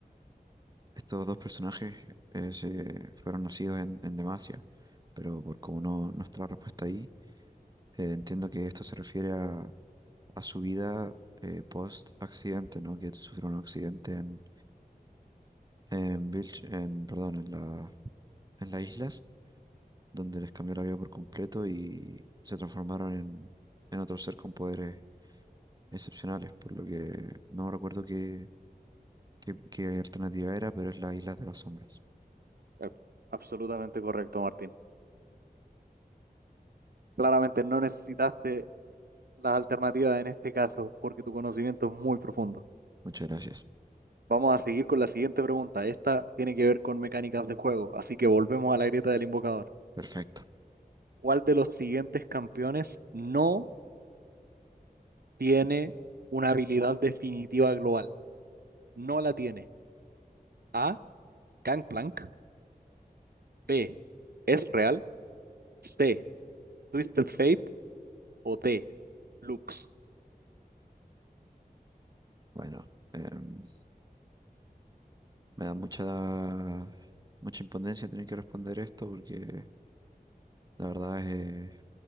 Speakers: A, on the right (about 25°); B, on the right (about 75°).
A: estos dos personajes eh, se fueron nacidos en, en Demacia, pero por como no, no está la respuesta ahí, eh, entiendo que esto se refiere a, a su vida post accidente, ¿no? Que sufrió un accidente en, en, Vilch- en, perdón, en la, en las islas, donde les cambió la vida por completo y se transformaron en, en otro ser con poderes excepcionales, por lo que no recuerdo qué, qué, qué alternativa era, pero es la islas de las Sombras.
B: Eh, Absolutamente correcto, Martín. Claramente no necesitaste las alternativas en este caso porque tu conocimiento es muy profundo.
A: Muchas gracias.
B: Vamos a seguir con la siguiente pregunta. Esta tiene que ver con mecánicas de juego, así que volvemos a la grieta del invocador.
A: Perfecto.
B: ¿Cuál de los siguientes campeones no tiene una habilidad definitiva global? No la tiene. A, Gangplank, B, Ezreal, C, Twisted Fate o D, Lux.
A: Bueno, em, me da mucha, mucha impotencia tener que responder esto porque La verdad es, eh,